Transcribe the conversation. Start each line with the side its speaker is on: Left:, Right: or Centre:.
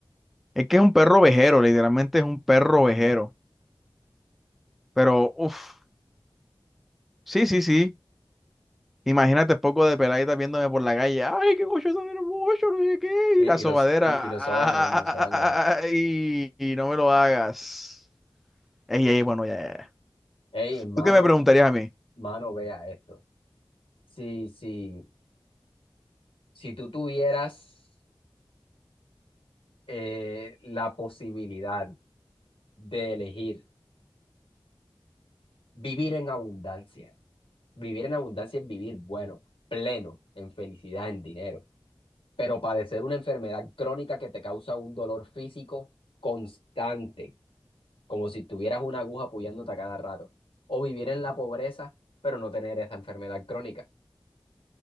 Centre: Es que es un perro ovejero, literalmente es un perro
Left: Ujú.
Centre: ovejero. Pero, uff, sí, sí, sí. Imagínate poco de peladita viéndome por la calle. Ay, qué gocho tan hermoso, no sé qué.
Left: Y,
Centre: Y la
Left: y
Centre: sobadera.
Left: los, y, y los soban a uno, lo soban
Centre: Ay,
Left: a uno.
Centre: <laughs> y no me lo hagas. Ey, ey, bueno, ya, ya. ya.
Left: Ey, hermano,
Centre: ¿Tú qué me preguntarías a mí?
Left: mano, vea esto. Si, si, si tú tuvieras eh, la posibilidad de elegir vivir en abundancia, vivir en abundancia es vivir bueno, pleno, en felicidad, en dinero, pero padecer una enfermedad crónica que te causa un dolor físico constante, como si tuvieras una aguja apoyándote a cada rato, o vivir en la pobreza, pero no tener esa enfermedad crónica.